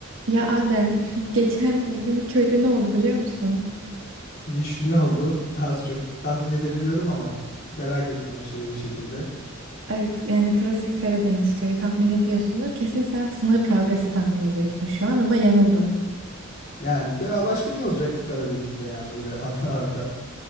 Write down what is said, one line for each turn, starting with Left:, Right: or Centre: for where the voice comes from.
Right: Ya Adem, <laughs> geçen bizim köyde ne oldu biliyor musun?
Left: Niş ne oldu? Az çok tahmin edebiliyorum ama merak ettim aşırı bir şekilde.
Right: Evet, yani klasik Karadeniz köyü tahmin ediyorsundur. Kesin sen sınır kavgası tahmin ediyorsun şu an ama yanıldın.
Left: Yani ki ya başka ne olacak ki Karadeniz'de ya böyle <laughs> anılarda?